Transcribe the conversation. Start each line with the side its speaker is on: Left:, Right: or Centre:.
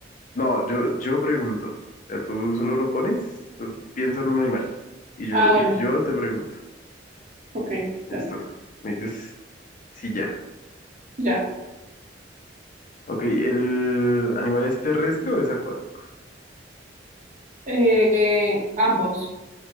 Left: No, yo, yo pregunto. O sea, tú solo lo pones, tú piensa en un animal. Y yo,
Right: Ah, bueno.
Left: y yo te pregunto.
Right: Ok,
Left: Listo.
Right: dale.
Left: Me dices, sí, ya.
Right: Ya.
Left: Ok, ¿el animal es terrestre o es acuático?
Right: Eh, ambos.